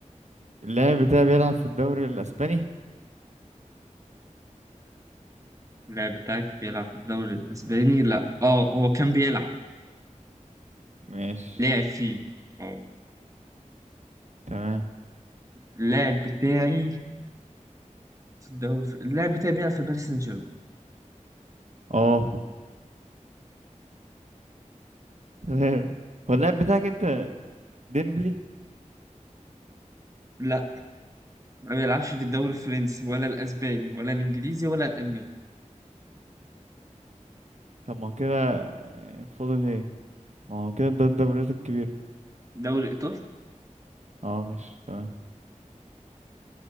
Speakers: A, on the right; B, on the right.
A: اللاعب بتاعي بيلعب في الدوري الاسباني
B: اللاعب بتاعك بيلعب في الدوري الإسباني لا اه هو كان بيلعب
A: ماشي
B: لعب فيه اه
A: تمام
B: اللاعب بتاعي في الدوري اللاعب بتاعي بيلعب في باريس سان جيرمان
A: اه تمام هو اللاعب بتاعك انت ديمبلي
B: لا ما بيلعبش في الدوري الفرنسي ولا الأسباني ولا الإنجليزي ولا الألماني
A: طب ما هو كده فاضل ايه ما هو كده ده الدوريات الكبيرة
B: الدوري الإيطالي
A: اه مش تمام